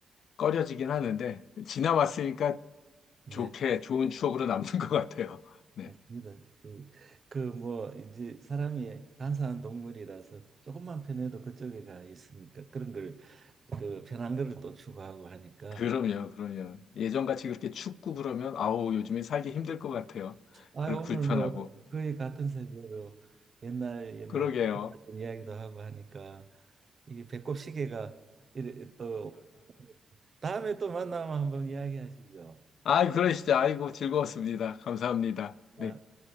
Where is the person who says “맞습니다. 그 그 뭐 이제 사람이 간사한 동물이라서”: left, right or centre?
Right